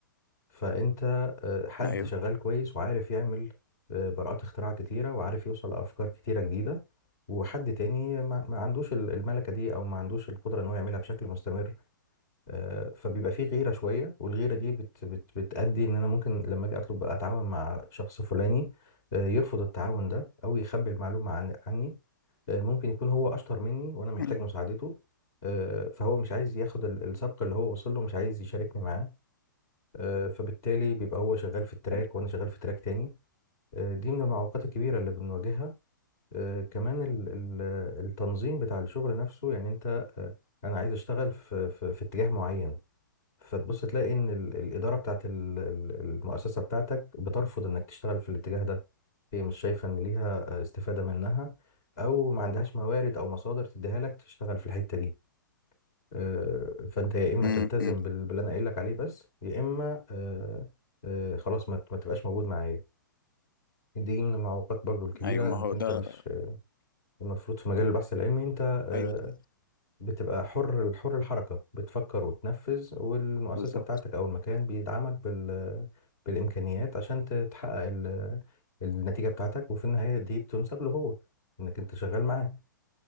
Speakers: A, on the left; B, on the left.
A: فأنت آه، حد
B: ايوه
A: شغال كويس وعارف يعمل آه، براءات اختراع كتيرة وعارف يوصل لأفكار كتيرة جديدة وحد تاني ما ما عندوش ال- الملكة دي أو ما عندوش القدرة إن هو يعملها بشكل مستمر آه، فبيبقى فيه غيرة شوية والغيرة دي بت بت بتأدي إن أنا ممكن لما أجي أطلب أتعاون مع شخص فلاني آه، يرفض التعاون ده أو يخبي المعلومة عن عني آه، ممكن يكون هو أشطر مني وأنا محتاج
B: امم
A: مساعدته آه، فهو مش عايز ياخد ال- السبق اللي هو وصل له مش عايز يشاركني معاه آه، فبالتالي بيبقى هو شغال في التراك
B: ايوه
A: وأنا شغال في تراك تاني آه، دي من المعوقات الكبيرة اللي بنواجهها آه، كمان ال- ال- التنظيم بتاع الشغل نفسه يعني أنت آه، أنا عايز أشتغل في في في اتجاه معين فتبص تلاقي ان ال- الاداره بتاعت ال- ال- المؤسسه بتاعتك بترفض انك تشتغل في الاتجاه ده هي مش شايفه ان ليها استفاده منها او ما عندهاش موارد او مصادر تديها لك تشتغل في الحته دي آه، فانت يا اما
B: أمم،
A: تلتزم
B: أمم.
A: بال- باللي انا قايل لك عليه بس يا اما آه، آه، خلاص ما ت- ما تبقاش موجود معايا دي من المعوقات برضو الكبيره
B: أيوة، ما
A: انك
B: هو
A: انت
B: ده
A: مش المفروض في مجال البحث العلمي انت آه،
B: ايوه ده
A: بتبقى حر حر الحركة بتفكر وتنفذ والمؤسسة
B: بالظبط
A: بتاعتك أو المكان بيدعمك بال بالإمكانيات عشان ت- تحقق ال... النتيجة بتاعتك وفي النهاية دي بتنسب له هو إنك أنت شغال معاه